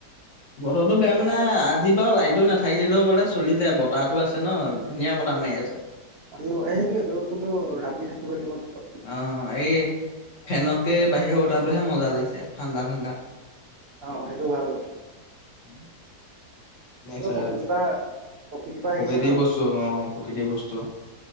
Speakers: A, on the left; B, on the right.
A: বতৰটো
B: সেইটো
A: বেয়া
B: কাৰণে।
A: মানে আজি বাৰু লাইন টো নাথাকিলেও বোলে চলি যায় বতাহটো আছে ন ধুনীয়া বতাহ মাৰি আছে।
B: আজি সেইটোৱেটো কিন্তু ৰাতি থাকিব লাগিব নহ।
A: অ', এই ফেনতকে বাহিৰৰ বতাহটোহে মজা লাগিছে ঠাণ্ডা ঠাণ্ডা।
B: অ সেইটো ভাল।
A: উম নে
B: এইটো
A: চাই
B: প্ৰকৃতিৰ
A: প্ৰকৃতিৰ
B: পৰা পৰা আহিছে ন
A: বস্তু অ প্ৰকৃতিৰ বস্তু।